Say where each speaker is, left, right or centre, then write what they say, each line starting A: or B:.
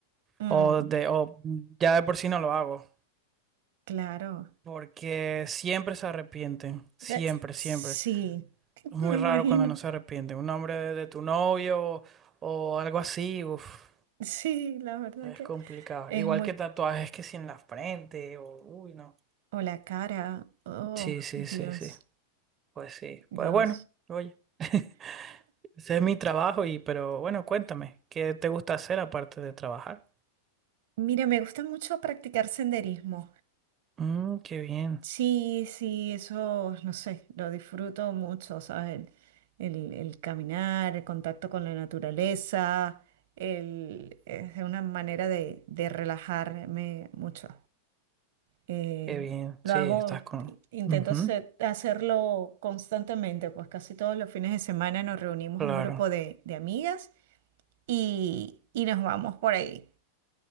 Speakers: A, on the right; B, on the right.
A: Mm,
B: o de, o ya de por sí no lo hago.
A: claro.
B: Porque siempre se arrepienten, siempre,
A: De- sí,
B: siempre.
A: <laughs>
B: Es muy
A: me imagino.
B: raro cuando no se arrepienten. Un hombre de, de tu novio o, algo así, uf,
A: Sí, la verdad
B: es
A: que
B: complicado.
A: es
B: Igual
A: muy...
B: que tatuajes que si en la frente o, uy, no.
A: O la cara. Oh,
B: Sí, sí,
A: Dios,
B: sí, sí. Pues sí.
A: Dios.
B: Pues bueno, oye, <laughs> ese es mi trabajo y, pero bueno, cuéntame, ¿qué te gusta hacer aparte de trabajar?
A: Mira, me gusta mucho practicar senderismo.
B: Mm, qué bien,
A: Sí, sí, eso, no sé, lo disfruto mucho, ¿sabes? El, el- el caminar, el contacto con la naturaleza, el, es una manera de, de relajarme mucho. Eh,
B: qué bien.
A: lo
B: Sí,
A: hago,
B: estás con...
A: intento
B: Ujú,
A: hacer- hacerlo constantemente, pues casi todos los fines de semana nos reunimos
B: claro,
A: un grupo de, de amigas y, y nos vamos por ahí